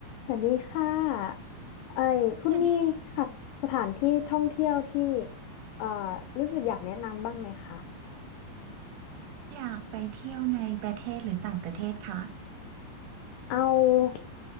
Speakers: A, on the left; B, on the right.
A: สวัสดีค่ะไอ้คุณมีค่ะสถานที่ท่องเที่ยวที่
B: สวัสดี
A: เอ่อรู้สึกอยากแนะนำบ้างไหมคะ
B: อยากไปเที่ยวในประเทศหรือต่างประเทศค่ะ
A: เอา